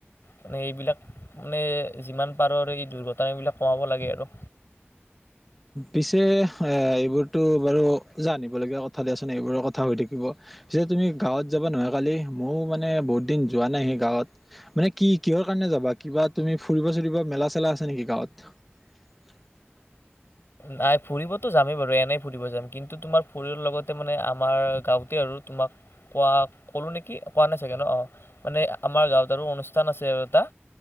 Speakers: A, on the left; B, in the centre.
A: মানে এইবিলাক মানে যিমান পাৰোঁ আৰু এই দুৰ্ঘটন এইবিলাক কমাব লাগে আৰু।
B: পিছে এ এইবোৰতো বাৰু জানিব লগগীয়া কথা দিয়াচোন এইবোৰ ক কথা হৈ থাকিব পিছে তুমি গাঁৱত যাব নোৱাৰয় কালি ময়ো মানে বহুত দিন যোৱা নাই সেই গাঁৱত। মানে কি কিহৰ কাৰণে যাবা? কিবা তুমি ফুৰিব চুৰিব, মেলা চেলা আছে নেকি গাঁৱত? <inaudible>
A: নাই ফুৰিবতো যামেই বাৰু, এনেই ফুৰিব যাম কিন্তু তোমাৰ ফুৰিৰ লগতে মানে আমাৰ গাঁওত তে আৰু তোমাক। কোৱা, ক'লো নেকি? কোৱা নাই চাগে ন, অ'। মানে আমাৰ গাঁৱত আৰু অনুষ্ঠান আছে আৰু এটা।